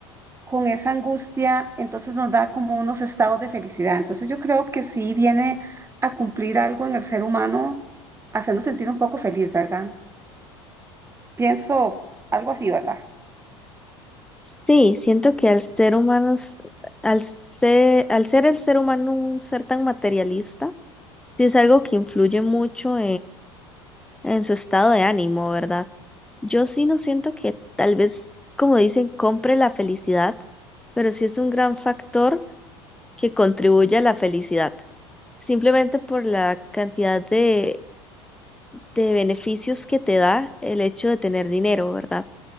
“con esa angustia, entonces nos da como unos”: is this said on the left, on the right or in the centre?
Right